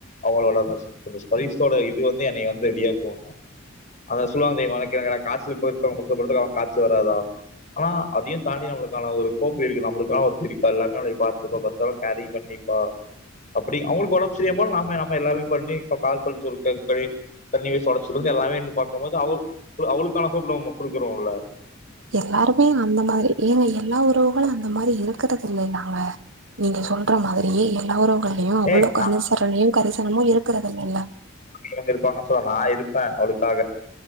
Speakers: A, on the left; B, on the right.
A: அவ்ளோலா கஸ் பரீத்தோட இது வந்து என்னைய வந்து ரெடியாக்குங்க அந்த சுலாந்தய் <unintelligible> காச்சல் பத்தவுங் பக்கத்துல படுத்தா அவுங் காச்சல் வராதா ஆனா அதையு தாண்டி நம்ளுக்கான ஒரு ஹோப் இருக்கு நம்மளுக்கான ஒரு சிரிப்பா எல்லாமே நமளைய பாத்துப்பா பத்தாரம கேரிங் பண்ணிப்பா அப்டி அவங்களுக்கு ஒடம்பு செரியாம போனா நாம நாம எல்லாமே பண்ணி கால் பண் சொல்ட்டா இருக்றே தண்ணி வெச்சு தொடச்சுற்றது எல்லாமே நின்னு பாக்கும்போது அவ அவளுக்கான ஹோப்ல நம்ம குடுக்கறோல
B: எல்லாருமே அந்த மாரி ஏங்க எல்லா உறவுகளும் அந்த மாரி இருக்கறதில்லைலங்க நீங்க சொல்ற மாதிரியே எல்லா உறவுங்கள்லயு அவ்வளோக்கு
A: ஏய்
B: அனுசரணையு கரிசனமு இருக்கறதுதில்லல்ல
A: இருந்திருப்பாங்க சொல்ல நா இருப்ப அவளுக்காக